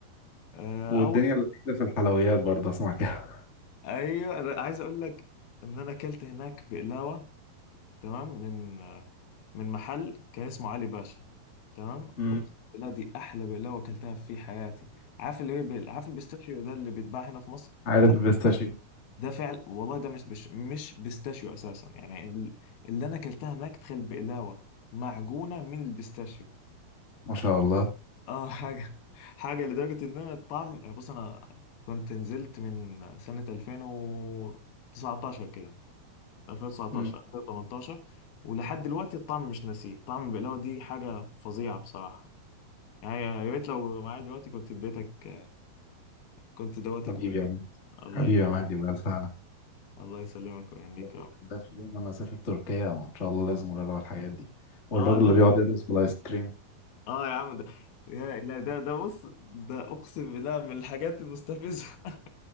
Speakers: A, on the left; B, on the left.
A: آه،
B: والدنيا
A: اول
B: لذيذة في الحلويات برضه اسمع كده
A: ايوه أنا عايز اقول لك ان انا اكلت هناك بقلاوه تمام من من محل كان اسمه علي باشا تمام
B: امم
A: اقسم بالله دي احلى بقلاوه اكلتها في حياتي عارف اللي هي بال... عارف البيستاشيو ده اللي بيتباع هنا في مصر
B: <laughs> عارف
A: ده
B: البيستاشيو
A: ده فعل والله ده مش بش... مش بيستاشيو اساسا يعني ال- اللي انا اكلتها هناك تخيل بقلاوه معجونه من البيستاشيو
B: ما شاء الله
A: <laughs> اه حاجه حاجه لدرجه ان انا الطعم بص انا كنت نزلت من سنه 2019 كده 2019
B: امم
A: 2018 ولحد دلوقتي الطعم مش ناسيه طعم البقلاوة دي حاجة فظيعة بصراحة يعني يا ريت لو معايا دلوقتي كنت اديتك كنت دوتك
B: حبيبي
A: منها
B: يا مهدي
A: الله
B: حبيبي
A: يخليك
B: يا مهدي بألف هنا
A: الله يسلمك ويهنيك
B: <laughs>
A: يا رب
B: ده في يوم انا اسافر تركيا وان شاء الله لازم اجرب الحاجات دي والراجل
A: اه لا
B: اللي بيقعد يدرس في الايس كريم
A: اه يا عم ده يا لا ده ده بص ده اقسم بالله من الحاجات المستفزه <laughs>